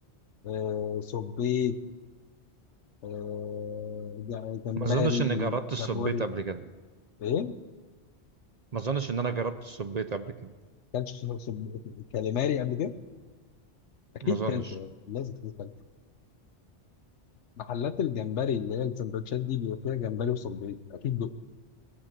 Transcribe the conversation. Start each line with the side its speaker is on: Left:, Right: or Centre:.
Left: آه، صبيط آه، ج- جمبري
Right: ما اظنش اني جربت السبيط
Left: كابوري
Right: قبل كده
Left: ايه
Right: ما اظنش ان انا جربت السبيط قبل كده
Left: كلتش صب- كاليماري قبل كده اكيد
Right: ما اظنش
Left: كلته يعني لازم تكون كلته محلات الجمبري اللي هي السندوتشات دي بيبقى فيها جمبري وصبيط اكيد دقت.